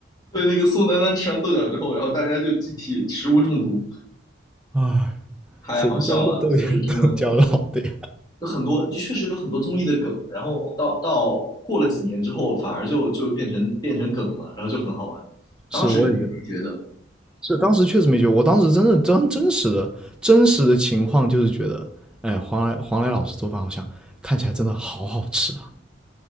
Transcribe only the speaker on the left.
对，那个宋丹丹吃完豆角之后，然后大家就集体食物中毒，
太好笑了，
就是真的。有很多就确实有很多综艺的梗，然后到到过了几年之后，反而就就变成变成梗了，然后就很好玩。
当时肯定没觉得，